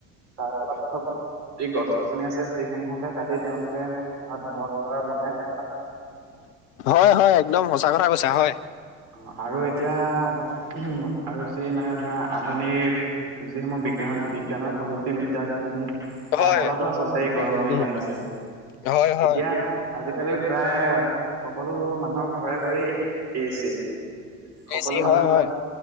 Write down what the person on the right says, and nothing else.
তাৰ ফলত গছ গছনি আছে সেইসমূহকে কাটি তেওঁলোকে তাত ঘৰ বনাই তাত
অ আৰু এতিয়া উ আৰু যি মানে ধৰা আধুনিক যিসমূহ বিজ্ঞান বিজ্ঞানৰ প্ৰযুক্তিবিদ্যাখিনি তাৰ
ফলতো আচলতে এই গৰম খিনি
বাঢ়িছে
এতিয়া আজিকালি প্ৰায় সকলোবোৰ মানুহৰ ঘৰে ঘৰে এ চি সকলো
মানুহবিলাক